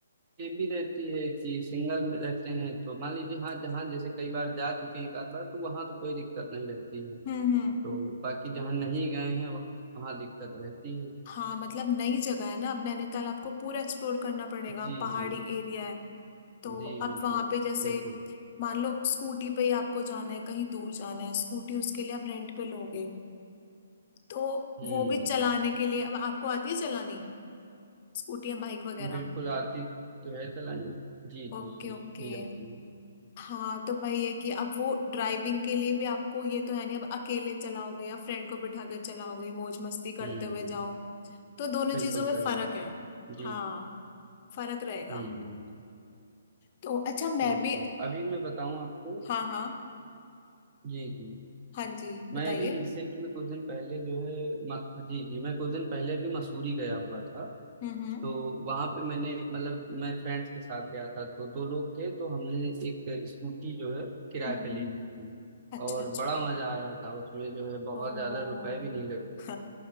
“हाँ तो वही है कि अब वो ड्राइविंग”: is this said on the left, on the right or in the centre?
Left